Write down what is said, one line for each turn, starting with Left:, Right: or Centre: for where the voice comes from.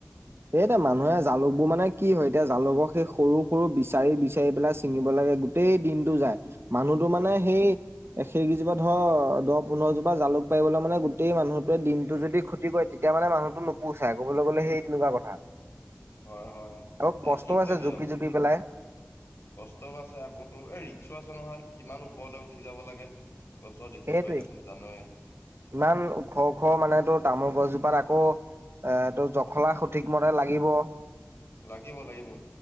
Right: এ এতিয়া মানুহে জালুকবোৰ মানে কি হয় এতিয়া জালুকক সেই সৰু সৰু বিচাৰি বিচাৰি পেলাই ছিঙিলে, গোটেই দিনটো যায় মানুহটো মানে
Left: উম
Right: সেই সেইকেইজোপা ধৰ দহ পোন্ধৰ জোপা জালুক পাৰিবলৈ মানে গোটেই মানুহটোৱে দিনটো যদি ক্ষতি কৰে তেতিয়া মানে মানুহটো নোপোচাই ক'বলৈ গ'লে সেই তেনেকুৱা কথা।
Left: হয় হয় অ
Right: আৰু
Left: এ
Right: কষ্টও
Left: কি কৰিবি
Right: আছে জুপি
Left: আৰু
Right: জুপি পেলাই
Left: কষ্টও আছে আকৌ তোৰ এই ৰিক্সো আছে নহয় কিমান ওপৰলে উঠি যাব লাগে। গছৰ দেখিছোৱে
Right: সেইটোৱে
Left: দেখোন জানয়ে
Right: ইমান ওখ ওখ মানে টো তামোল গছ বাৰ আকৌ এ টো জখলা সঠিক মতে লাগিব,
Left: লাগিব লাগিব,